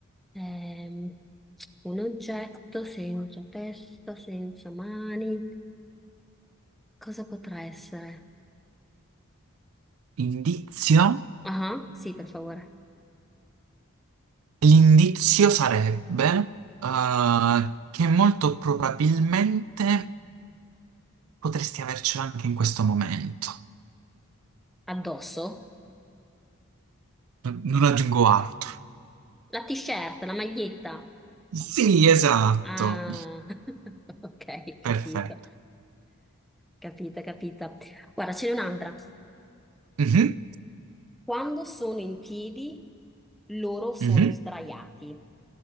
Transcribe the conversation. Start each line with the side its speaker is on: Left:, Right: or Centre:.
Centre: Ehm, un oggetto senza testa, senza mani. Cosa potrà essere?
Right: Indizio?
Centre: Ah, sì, per favore.
Right: L'indizio sarebbe eh, che molto probabilmente potresti avercelo anche in questo momento.
Centre: Addosso?
Right: Non non aggiungo altro.
Centre: La t-shirt, la maglietta.
Right: Sì, esatto.
Centre: Ah, <laughs> ok, capito.
Right: Perfetto.
Centre: Capita, capita. Guarda, ce n'è un'altra.
Right: Mhm,
Centre: Quando sono in piedi, loro sono
Right: mhm.
Centre: sdraiati.